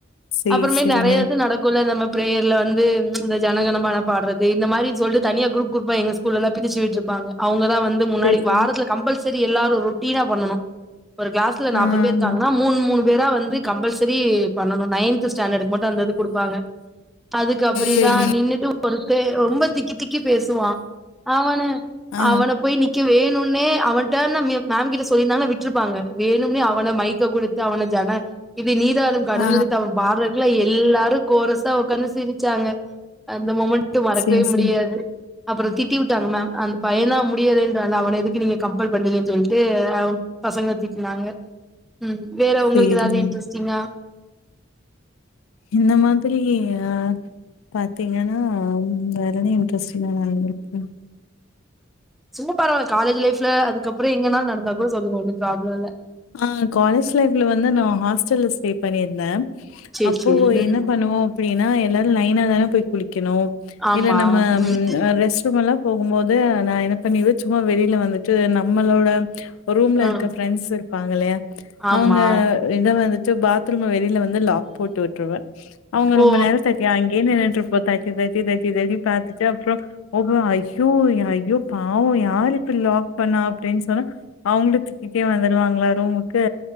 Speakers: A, on the left; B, in the centre.
A: சேரி
B: அப்றமே
A: சேரிங்க
B: நறையா இது நடக்குல நம்ம பிரேயர்ல வந்து இந்த ஜனகனமன பாட்றது இந்த மாரி சொல்ட்டு தனியா குரூப் குரூப்பா எங்க ஸ்கூல்லலா பிரிச்சு விட்டுருப்பாங்க அவங்கதா வந்து ந்து முன்னாடி
A: சேரி சேரி
B: வாரத்துல கம்பல் சரி எல்லாரு ரொட்டீனா பண்ணனு ஒரு கிளாஸ்ல நாப்பது
A: ஆ
B: பேர் இருக்காங்கனா
A: ஆ
B: மூணு மூணு பேர் தா வந்து கம்பல்சரி பண்ணணு நைன் த்து ஸ்டாண்டக்கு மட்டும் அந்த இது குடுப்பாங்க அதுக்கு அப்படிதா
A: சேரிங்க
B: நின்னுட்டு ஒருத்தே ரொம்ப திக்கி திக்கி பேசுவா அவன
A: ஆ
B: அவன போய் வேணுனே அவ டேர்ன் மேம் கிட்ட சொல்லிருந்தா விட்ருப்பாங்க வேணுனே அவன மைக்க குடுத்து அவன ஜன நீராருனு கடலுடுத்
A: ஆ
B: பாட்றதுக்குல்லா எல்லாரு கோரஸா ஒக்காந்து சிரிச்சாங்க அந்த மொமண் ட்டு மறக்கவே
A: சேரி
B: முடியாது
A: சேரி
B: அப்ற திட்டி வுட்டாங்க மேம் அந்த பைய தா முடியாதுன்றானே அந்த அவன எதுக்கு நீங்கள் கம்பல் பண்ணீறிங்கன் சொல்ட்டு பசங்கள திட்னாங்க ம் வேற உங்ளுக்கு
A: சேரிங்க
B: எதாது இன்ட்ரெஸ்டிங்கா
A: இந்த மாதிரி ஆ பாத்தீங்கனா வேற என்ன இன்ட்ரெஸ்டிங்கா நடந்திருக்கு
B: சும்மா பரவால்ல காலேஜ் லைஃப்ல அதுக்கப்ற எங்கனா நடந்தா கூட சொல்லுங்க ஒன்னு ப்ராப்ளம் இல்ல
A: ஆ காலேஜ் லைஃப்ல வந்து நா ஹாஸ்டல்ல ஸ்டே பண்ணியிருந்தே
B: சேரி
A: அப்போ
B: சேரி ம்
A: என்ன பண்ணுவோ அப்டின் னா எல்லாரு லைனா தான போய் குளிக் க்கணு
B: ஆமா
A: இல்ல நம்ம
B: ம்
A: ஆ ரெஸ்ட் ரூம் எல்லா போகும்போது து நா என்ன பண்ணிருவ சும்மா வெளியில வந்துட்டு நம்மளோட ஒரு ரூம்ல
B: ஆ
A: இருக்க இருப்பாங்கல்லயா
B: ஆமா
A: அவங்க இத வந்துட் பாத்ரூம் வெளியில வந்து ந்து லாக் போட்டு விட்ருவ அவங்க ரொம்ப
B: ஓ
A: நேரம் தட்டி அங் அங்கயே நின்னுகிட்டு இருப்போ தட்டி தட்டி தட்டி தட்டி பாத்துட்டு அப்புறோ ஓஹோ அய் ஐயோ ஐயோ பாவம் யாரு இப்ப லாக் பண்ணா அப்படின்னு சொன்னா அவங்கள திட் இப்பயே வந்துடுவாங்களா ரூமுக்கு